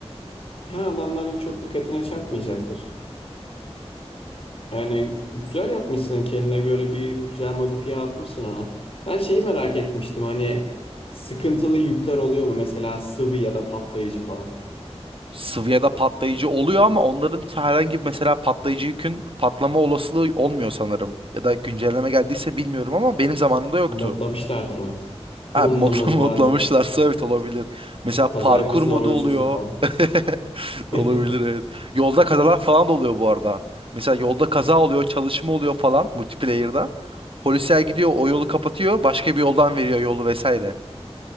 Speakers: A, on the left (about 60°); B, on the right (about 55°).
A: Yani adamların çok dikkatine çarpmayacaktır. Yani güzel yapmışsın kendine göre bir güzel modifiye atmışsın ona. Ben şeyi merak etmiştim hani sıkıntılı yükler oluyor mu mesela sıvı ya da patlayıcı falan.
B: Svia'da patlayıcı oluyor ama onların herhangi bir mesela patlayıcı yükün patlama olasılığı olmuyor sanırım. Ya da güncelleme geldiyse bilmiyorum ama benim zamanımda
A: Modlamışlardır
B: yoktu.
A: onu. <laughs> Onun
B: Ha, modla-
A: da modu
B: <laughs> modlamışlarsa
A: vardır.
B: evet olabilir. Mesela
A: Kaza
B: parkur
A: yapıyorsun
B: modu
A: hava uçuyorsun
B: oluyor.
A: falan.
B: <laughs>
A: <laughs>
B: Olabilir evet. Yolda kazalar falan da oluyor bu arada. Mesela yolda kaza oluyor, çalışma oluyor falan multiplayer'da. Polisler gidiyor, o yolu kapatıyor, başka bir yoldan veriyor yolu vesaire.